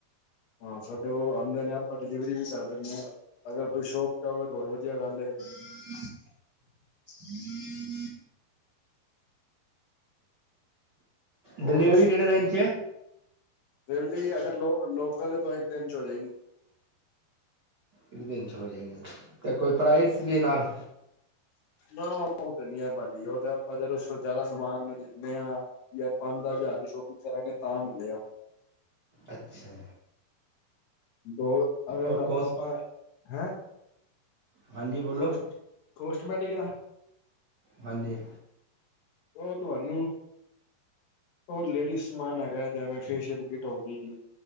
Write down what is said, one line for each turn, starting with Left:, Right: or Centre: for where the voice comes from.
Left: ਹਾਂ, ਸਾਡੇ ਕੋ ਆਂਦੇ ਨੇ ਆਪਾਂ ਡਿਲੀਵਰੀ ਵੀ ਕਰ ਦਿੰਦੇ ਹਾਂ ਅਗਰ ਤੁਸੀਂ ਸ਼ੋਪ ਚ ਆਓਗੇ ਤਾਂ ਹੋਰ ਵਧੀਆ ਗੱਲ ਏ।
Right: <inaudible>
Left: ਹੋਰ
Right: ਡਿਲੀਵਰੀ ਕੇੜੇ ਰੇਟ ਚ ਏ।
Left: ਫਿਰ ਵੀ ਅਗਰ ਲੋ ਲੋਕਕਲ ਹੈ ਤਾਂ ਇੱਕ ਦਿਨ ਚਚ ਹੋ ਜਾਏਗੀ।
Right: ਇਕ ਦਿਨ ਚ ਹੋ ਜਾਏਗਾ ਜੀ, ਤੇ ਕੋਈ ਪ੍ਰਾਈਜ ਵੀ ਨਾਲ?
Left: ਨਾ ਉਹ ਤੇ ਨੀ ਆ ਭਾਜੀ ਉਹ ਤੇ ਆਪਾਂ ਜਦੋਂ ਜ਼ਿਆਦਾ ਸਮਾਨ ਲੈਂਦੇ ਹਾਂ। ਜਾਂ ਪੰਜ ਦਸ ਹਜਾਰ ਦੀ ਸ਼ੋਪਿੰਗ ਕਰਾਂਗੇ ਤਾਂ ਮਿਲੇ ਗਾ।
Right: ਅੱਛਾ।
Left: ਦੋ ਅਗਰ
Right: ਔਰ
Left: ਆਪਾਂ
Right: ਕੋਸ
Left: <unintelligible> ਹੈਂ।
Right: ਹਾਂਜੀ ਬੋਲੋ,
Left: ਕੋਸ ਕੋਸਟਮੈਟਿਕ ਦਾ
Right: ਹਾਂਜੀ।
Left: ਉਹ ਤੁਹਾਨੂੰ ਉਹ ਲੇਡੀਜ਼ ਸਮਾਨ ਹੈਗਾ ਜਿਵੇਂ ਫੇਸ਼ਅਲ ਕਿਟ ਹੋ ਗਈ।